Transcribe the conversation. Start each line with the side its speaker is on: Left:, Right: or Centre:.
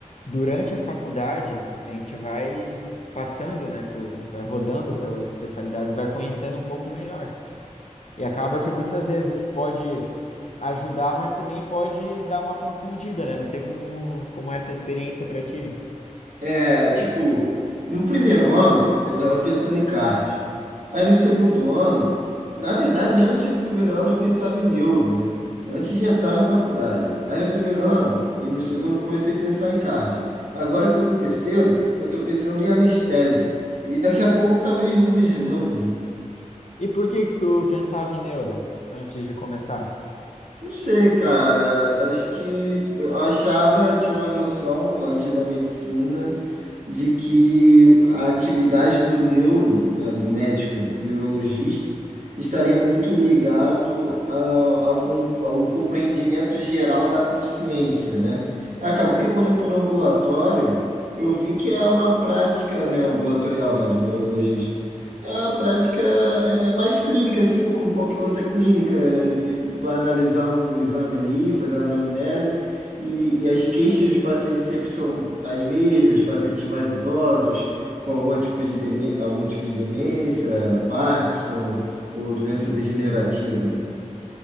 Left: durante a faculdade, a gente vai passando, né, por, vai rodando pelas especialidades, vai conhecendo um pouco melhor. E acaba que muitas vezes isso pode ajudar, mas também pode dar uma confundida, né? Não sei como, como é essa experiência pra ti.
Right: É, tipo, no primeiro ano eu tava pensando em cardio. Aí no segundo ano, na verdade, antes do primeiro ano eu pensava em neuro, né? Antes de entrar na faculdade. Aí no primeiro ano e no segundo eu comecei a pensar em cardio. Agora que tô no terceiro, eu tô pensando em anestésio. E daqui a pouco talvez mude de novo, né?
Left: E por que que tu pensava em neuro antes de começar?
Right: Não sei, cara. Acho que eu achava, tinha uma noção antes da medicina de que a atividade do neuro, né, do médico neurologista, estaria muito ligado ao, ao, com- ao compreendimento geral da consciência, né? Acabou que quando eu fui no ambulatório, eu vi que é uma prática, né, ambulatorial, né, do neurologista. É uma prática é é mais clínica, assim, como qualquer outra clínica. Ele vai analisar um exame ali, fazer uma anamnese, e, e as queixas dos pacientes sempre são as mesmas, pacientes mais idosos, com algum tipo de, deme- algum tipo de demência, Parkinson ou doença degenerativa, né?